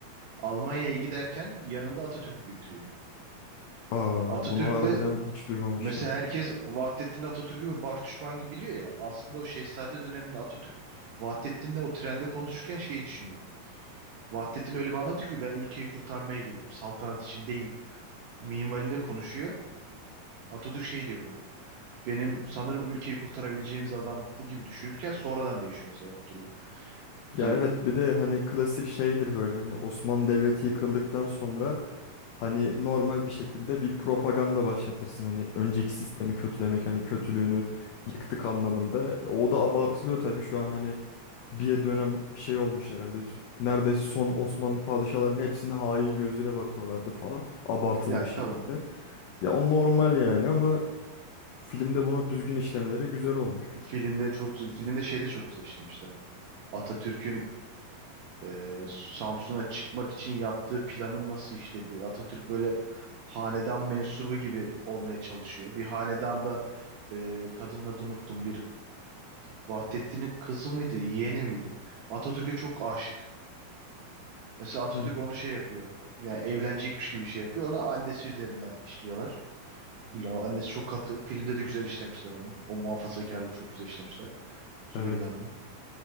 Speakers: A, on the right; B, on the left.
A: Almanya'ya giderken yanında Atatürk'ü götürüyor.
B: Aa,
A: Atatürk'le
B: bunu harbiden hiç duymamıştım.
A: Mesela herkes Vahdettin Atatürk'ü bir baş düşman gibi biliyor ya. Aslında o Şehzade döneminde Atatürk Vahdettin'le o trende konuşurken şeyi düşünüyor. Vahdettin öyle bir anlatıyor ki ben ülkeyi kurtarmaya geliyorum. Saltanat için değil. Minvalinde konuşuyor. Atatürk şey diyor buna. Benim sanırım ülkeyi kurtarabileceğimiz adam bu gibi düşünürken sonradan değişiyor mesela fikirler.
B: Ya
A: İşte-
B: evet bir de hani klasik şeydir böyle hani Osmanlı Devleti yıkıldıktan sonra hani normal bir şekilde bir propaganda başlatırsın. Hani önceki sistemi kötülemek hani kötülüğünü yıktık anlamında. O da abartılıyor tabii şu an hani bir dönem şey olmuş herhalde. Neredeyse son Osmanlı padişahlarının hepsine hain gözüyle bakıyorlardı falan. Abartılı
A: ya
B: bir şekilde.
A: tabii.
B: Ya o normal yani ama filmde bunu düzgün işlemeleri güzel olmuş.
A: Filmde çok güzel. Filmde şeyde çok güzel işlemişler. Atatürk'ün e, Samsun'a çıkmak için yaptığı planın nasıl işlediği. Atatürk böyle hanedan mensubu gibi olmaya çalışıyor. Bir hanedanda e, kadının adını unuttum. Bir Vahdettin'in kızı mıydı, yeğeni miydi? Atatürk'e çok aşık. Mesela Atatürk
B: Hı,
A: onu şey yapıyor. Yani evlenecekmiş gibi şey yapıyor. Onu annesi üzerinden işliyorlar. Güla, annesi çok katı. Filmde de güzel işlemişler onu. O muhafazakarlığı çok güzel işlemişler. Zübeyde
B: evet.
A: Hanım'ın.